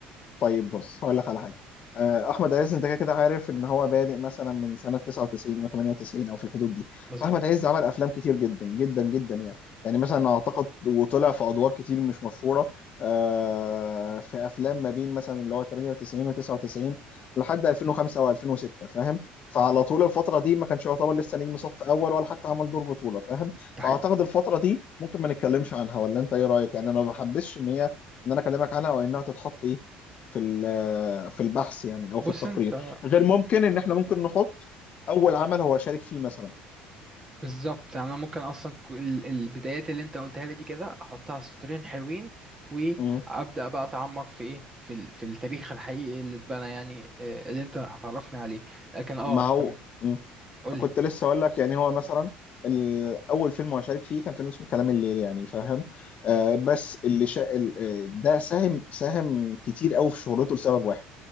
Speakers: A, on the left; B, on the right.
A: طيب بص هقول لك على حاجه آه، احمد عز انت كده كده عارف ان هو بادئ مثلا من سنه 99 او 98 او في الحدود دي
B: مظبوط
A: فاحمد عز عمل افلام كتير جدا جدا جدا يعني يعني مثلا اعتقد وطلع في ادوار كتير مش مشهوره آه، في افلام ما بين مثلا اللي هو 98 و99 لحد 2005 و2006 فاهم فعلى
B: م.
A: طول الفتره دي ما كانش يعتبر لسه نجم صف اول ولا حتى عمل دور بطوله فاهم
B: ده
A: فاعتقد
B: حقيقي
A: الفتره دي ممكن ما نتكلمش عنها ولا انت ايه رايك يعني انا ما بحبش ان هي ان انا اكلمك عنها وانها تتحط ايه في ال- في البحث يعني او
B: بص
A: في التقرير
B: انت
A: غير ممكن ان احنا ممكن
B: م.
A: نحط اول عمل هو شارك فيه مثلا
B: بالظبط يعني انا ممكن اصلا ك- ال- البدايات اللي انت قلتها لي دي كده احطها سطرين حلوين وابدا
A: مم.
B: بقى اتعمق في ايه في ال- في التاريخ الحقيقي اللي اتبنى يعني آه، اللي انت هتعرفني عليه لكن اه
A: ما هو
B: تمام
A: مم.
B: قول
A: كنت
B: لي
A: لسه اقول لك يعني هو مثلا ال- اول فيلم هو شارك فيه كان فيلم اسمه كلام الليل يعني فاهم آه
B: م.
A: بس اللي شا... ال- آه، ده ساهم ساهم كتير قوي في شهرته لسبب واحد